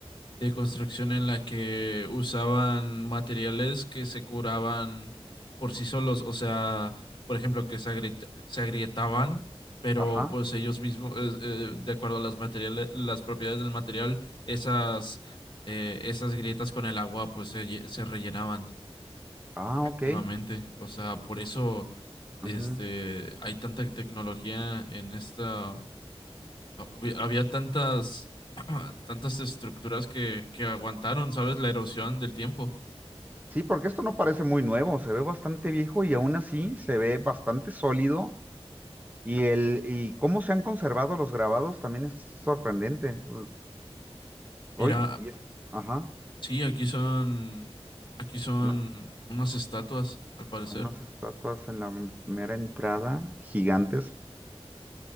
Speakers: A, on the left (about 45°); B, on the right (about 15°).
A: de construcción en la que usaban materiales que se curaban por sí solos, o sea, por ejemplo, que se agrieta- se agrietaban, pero
B: Ajá.
A: pues ellos mismos, eh, eh, de acuerdo a las materiales, las propiedades del material, esas, eh, esas grietas con el agua pues se, lle- se rellenaban
B: Ah,
A: activamente,
B: ok.
A: o sea, por eso este,
B: Ujú.
A: hay tanta tecnología en esta Ah, hubi- había tantas, <clears throat> tantas estructuras que, que aguantaron, ¿sabes? La erosión del tiempo.
B: Sí, porque esto no parece muy nuevo, se ve bastante viejo y aún así se ve bastante sólido y el y cómo se han conservado los grabados también es sorprendente. Uh, Hoy
A: Mira,
B: y es, ajá,
A: sí, aquí son, aquí son
B: una-
A: unas estatuas, al parecer.
B: unas estatuas en la mera entrada gigantes